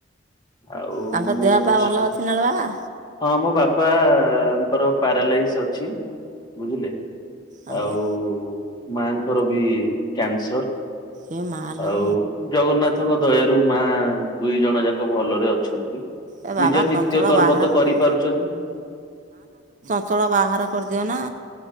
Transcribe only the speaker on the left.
ଆଉ
ମୁଁ
ଶ୍
ହଁ ମୋ ବାପାଙ୍କର ପାରାଲାଇସ୍ ଅଛି। ବୁଝିଲେ
ଆଉ ମାଙ୍କର ବି କ୍ୟାନସର।
ଆଉ ଜଗନ୍ନାଥଙ୍କ ଦୟାରୁ ମା ଦୁଇ ଜଣ ଯାକ ଭଲରେ ଅଛନ୍ତି।
ନିଜ ନିତ୍ୟ
କର୍ମ
ତ
କରିପାରୁଛନ୍ତି।